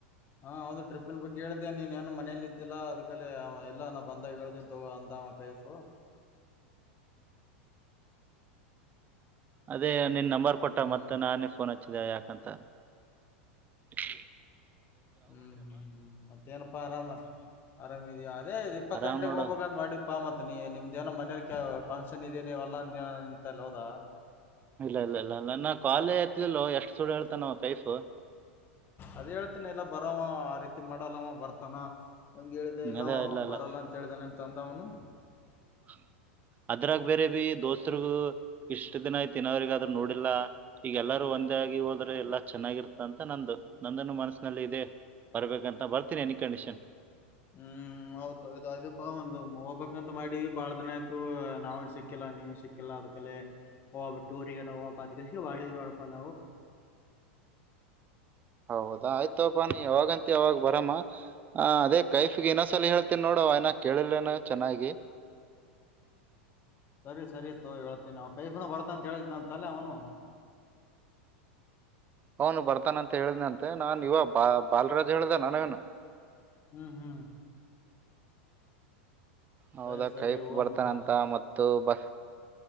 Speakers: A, on the left; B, on the right.
A: ಹಾ ಒಂದು ಟ್ರಿಪಿ ಬಗ್ಗೆ ಹೇಳ್ದೇ ನೀನ್ ಏನು ಮನೇಲ್ಲ ಇದಿಲ್ಲ ಅದಕಲ್ಲಿ ಎಲ್ಲ ನಾ ಬಂದಾಗ ಹೇಳೇಳ್ತೀನ್ ತಗೋ ಅಂದ ಕೈಫ
B: ಅದೇ ನಿನ್ ನಂಬರ್ ಕೊಟ್ಟ
A: ಹ್ಮ್
B: ಮತ್ತ ನಾನೇ ಫೋನ್ ಹಚ್ಚಿದ ಯಾಕಂತ ಹ
A: ಹ್ಮ್ ಹ್ಮ್್ಮ ಮತ್ತೆೇಏನಪ್ಪಾ ಆರಾಮ ಅರಾಮ ಇದಾ ಅದೇ ಇಪ್ಪತ್ತು
B: ಆರಾಮ್
A: ಗಂಟೆಗೆ
B: ನೋಡು
A: ಹೋಗಬಾಗಂದ್ ಮಾಡ ಪ್ಪಾ ಮತ್ ನೀ ನಿಮ್ದೇನೋ ಮನಲಿಕ ಫಂಕ್ಷನ್ ಇದ ನೀಲ್ಲ ಅಂತ ಹೋದಾ
B: ಇಲ್ಲ ಇಲ್ಲ ಇಲ್ಲ ಇಲ್ಲ ನಾ ಕಾಲೇಜ ಆತ್ಲಿಲ್ಲ ಎಷ್ಟ್ ಸುಳ್ಳ ಹೇಳ್ತಾನವ ಕೈಫ್
A: ಅದ್ ಹೇಳ್ತಿನ ಎಲ್ಲ ಬರವ ಆ ರೀತಿ ಮಾಡಲ್ಲವ ಬರ್ತಾನ ಹಂಗ ಹೇಳಿದೆ
B: ಹ್ಮ್,
A: ಇಲ್ಲ
B: ಅದೇ ಇಲ್ಲ
A: ಬರಲ್ಲ ಅಂತ ಹೇಳ್ದ ನನ್ ತಂದ ಅವನು
B: ಹ ಅದ್ರಾಗ ಬೇರೆ ಬಿ ದೋಸ್ತ್ರಿಗು ಇಷ್ಟ ದಿನ ಐ್ತಿಿನ ಅವ್ರಗ ಅದ್ರ ನೋಡಿಲ್ಲ ಈಗ ಎಲ್ಲಾರೂ ಒ ಮುಂದೆ ಆಗಿ ಹೋದ್ರೆ ಎಲ್ಲಾ ಚೆನ್ನಾಗಿರ್ತದಂತ ನಂದು ನಂದನ್ನು ಮನಸಿನಲ್ಲಿ ಇದೆ ಬರ್ಬೇಕಂತ ಬರ್ತೀನಿ ಎನಿ ಕಂಡೀಷನ್
A: ಹ್ಮ್ ಹೌತ್ೌ ಅಪಾ ಒಂದು್ ಹೋಗ್ಬಕ್ಂತ ಮಾಡೀ ಬಾಳ ದಿನ ಆಯ್ತು ನಾವವು ಸಿಕ್ಕಿಲ್ಲ ನೀವು್ ಸಿಕ್ಕಿಲ್ಲ ಅದಕಲ್ಲ ಒಬ್ ಟೂರಿಗಡೆ ಅದ ವಡಿ ರಡಪಾಲ
B: ಹೌದಾ ಆಯ್ತಪ್ಪ ನೀ ಯವಾಗಂತ ಅವಾವಾಗ ಬರಮ್ಮ ಅ ಅದೇ ಕೈಫಗೆ ಇನ್ನೊಸಲ ಹೇಳ್ತೀನ್ಿ ನೋಡ ಏನ ಕೇಳಿಲ್ಲೇನು ಚೆನ್ನಾಗಿ
A: ಸರಿ ಸರಿ ತೋ ಹೇಳ್ತೀನಿ ನ ಕೈಫನ ಬರತ್ತ ಅಂತ ಹೇಳಿದನ ಅಂತಲ್ಲೇ ಅವನು
B: ಅವನು ಬರ್ತಾನ ಅಂತ ಹೇಳಿದ ಅಂತೆ ನಾನನ್ ಇವ ಬಾ ಬಾಲರಾಜ್ ಹೇಳ್ದಾನ ನವನು
A: ಹ್ಮ್ ಹ್ಮ್
B: ಹೌದಾ
A: ಸರಿ ಸರಿ
B: ಕೈಫ ಬರ್ತಾನಂತ
A: ಓಂ ತೋ
B: ಮತ್ತು ಬ